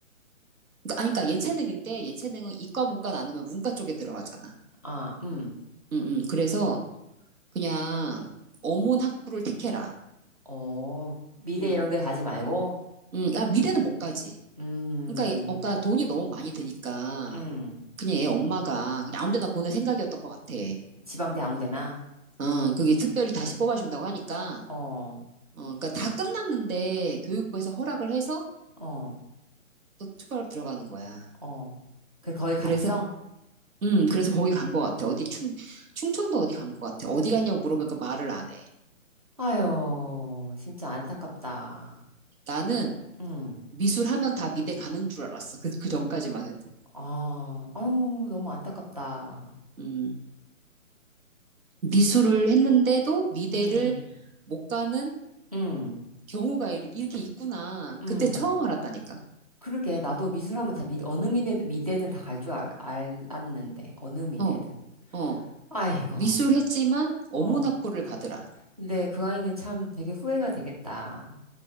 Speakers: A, on the right; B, on the right.
A: 그러니까- 아니, 그러니까 예체능인데, 예체능은 이과, 문과 나누면 문과 쪽에 들어가잖아.
B: 아, 음.
A: 음, 음, 그래서 그냥 어문 학부를 택해라.
B: 어, 미대
A: 음,
B: 이런 데 가지 말고,
A: 음, 야, 미대는 못 가지.
B: 음,
A: 그러니까, 예- 어, 그러니까 돈이 너무 많이 드니까
B: 음.
A: 그냥 얘 엄마가 그냥 아무 데나 보낼 생각이었던 것 같아.
B: 지방대 아무 데나?
A: 어, 그게 특별히 다시 뽑아준다고 하니까,
B: 어,
A: 어, 그러니까 다 끝났는데 교육부에서 허락을 해서
B: 어,
A: 또 투표로 들어가는 거야.
B: 어. 그, 거기 갔어?
A: 그래서, 음, 그래서 거기 간 것 같아. 어디 충, 충청도 어디 간 것 같아. 어디 갔냐고 물어보니까 말을 안 해.
B: 아유, 진짜 안타깝다.
A: 나는
B: 응.
A: 미술 하면 다 미대 가는 줄 알았어. 그, 그 전까지만 해도.
B: 아, 아유, 너무 안타깝다.
A: 음, 미술을 했는데도 미대를
B: 응,
A: 못 가는
B: 응,
A: 경우가 이- 이렇게 있구나.
B: 응.
A: 그때 처음 알았다니까.
B: 그러게, 나도 미술하면 다 미, 어느 미대, 미대든 다 갈 줄 알, 알, 알았는데, 어느 미대든.
A: 어, 어.
B: 아이고,
A: 미술 했지만 어문
B: 어.
A: 학부를 가더라.
B: 근데 그 아이는 참 되게 후회가 되겠다.